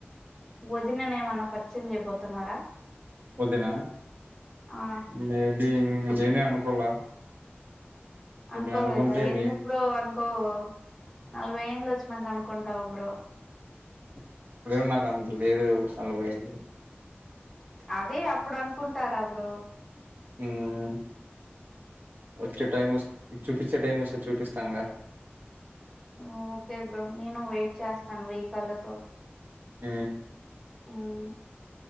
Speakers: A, in the centre; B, on the right (about 50°).
A: వదిననేమన్నా పరిచయం చేయబోతున్నారా
B: వదిన
A: ఆ
B: మేబి నీనే అనుకోలా
A: అనుకోలేదా
B: మే అనుకుంటే
A: ఎందుకు
B: మీ
A: బ్రో అనుకోవు నలభై ఎంన్లు వచ్చినాక అనుకుంటావా బ్రో
B: ఇప్పుడేం నాకంత లేదు నలభై ఏండ్లు
A: అదే అపుడనకుంటారా బ్రో
B: మ్ వచ్చే టైం వస్ చూపించే టైం వస్తే చూపిస్తంగా
A: హు ఒకే బ్రో నీను వెట్ చేస్తాను వేయికళ్ళతో
B: మ్
A: మ్